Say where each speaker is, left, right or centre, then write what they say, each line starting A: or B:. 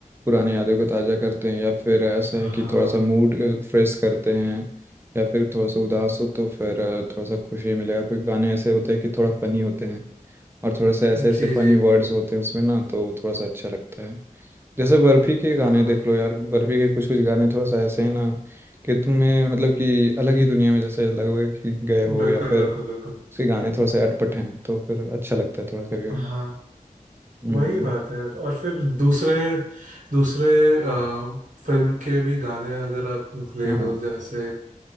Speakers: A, on the right; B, on the right.
A: पुराने यादों को ताज़ा करते हैं या फिर ऐसा है
B: हाँ
A: कि थोड़ा सा मूड फ्रेश करते हैं या फिर थोड़ा सा उदास हो तो फिर अ, थोड़ा सा खुशी मिलेगा कोई गाने ऐसे होते हैं कि थोड़ा फनी होते हैं और थोड़े से ऐसे ऐसे
B: जी
A: फनी
B: जी
A: वर्ड्स होते हैं उसमें ना तो वो थोड़ा सा अच्छा लगता है जैसे बर्फी के
B: हाँ
A: गाने देख लो यार बर्फी के कुछ कुछ गाने थोड़ा सा ऐसे हैं ना कि तुम्हें मतलब कि अलग ही दुनिया में जैसे लगोगे कि गए हो
B: बिल्कुल
A: या फिर
B: बिल्कुल बिल्कुल
A: उसके गाने थोड़ा सा अटपट हैं तो फिर अच्छा लगता है थोड़ा कभी
B: हाँ
A: कभी हम्म
B: वही बात है और फिर दूसरे दूसरे अ, फिल्म के भी गाने अगर आप ले
A: हाँ
B: लो जैसे